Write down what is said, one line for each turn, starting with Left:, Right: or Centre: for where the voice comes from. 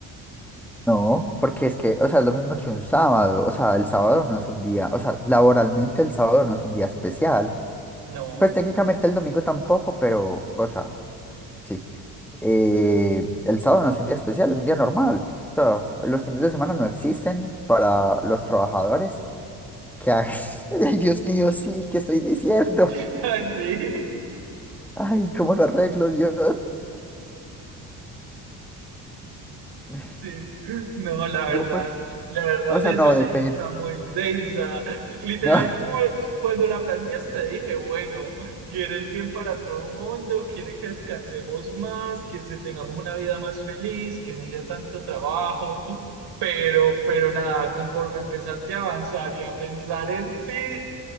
Centre: no, porque es que, o sea, es lo mismo que un sábado, o sea, el sábado no es un día, o sea, laboralmente el sábado no es un día especial.
Right: No,
Centre: Pues técnicamente el domingo tampoco, pero, o sea, sí. Eh, el sábado no es un día especial, es un día normal. O sea, los fines de semana no existen para los trabajadores que hagan... <laughs> Ay, Dios mío, sí, ¿qué estoy diciendo?
Right: <laughs> sí,
Centre: Ay, ¿cómo lo arreglo, Dios? <laughs>
Right: sí. No, la verdad,
Centre: No, pues,
Right: la verdad
Centre: O sea,
Right: esa
Centre: no,
Right: ley
Centre: depende.
Right: está muy densa. Literal,
Centre: No, <laughs>
Right: como cuando la planteaste, dije, bueno, quiere el bien para todo el mundo, quiere que descansemos más, que se- tengamos una vida más feliz, que no sea tanto trabajo. Pero, pero nada, conforme empezaste a avanzar y a pensar en ti,